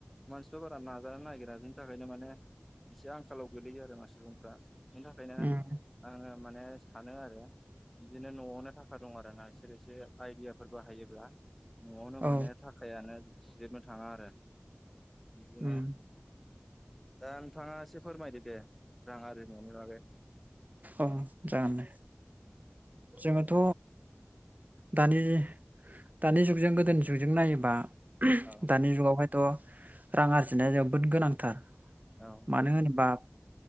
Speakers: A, in the centre; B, on the right.
A: मानसिफ्रा बारा नाजानो नागिरा बिनि थाखायनो माने एसे आंखालाव गोगलैयो आरो मा सुबुंफ्रा बेनि थाखायनो
B: उम
A: आङो माने सानो आरो बिदिनो न'आवनो थाखा दं आरो ना बिसोर एसे आइदियाफोर हायोब्ला। न'आवनो
B: औ
A: माने थाखायानो जोबनो थाङा आरो बिदिनो
B: उम
A: दा नोंथाङा एसे फोरमायदो दे रां आरजिनायनि बागै
B: औ जागोन दे। जोङोथ' दानि दानि जुगजों गोदोनि जुगजों नायोबा
A: औ
B: दानि जुगावहायथ' रां आरजिनाया जोबोद गोनांथार।
A: औ
B: मानो होनोबा